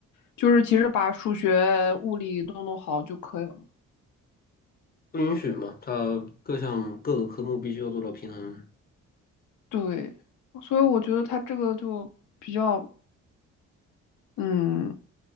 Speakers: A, on the left; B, on the left.
A: 就是其实把数学、物理都弄好就可以了嘛。
B: 不允许嘛，它各项各个科目必须要做到平衡。
A: 对，所以我觉得他这个就比较嗯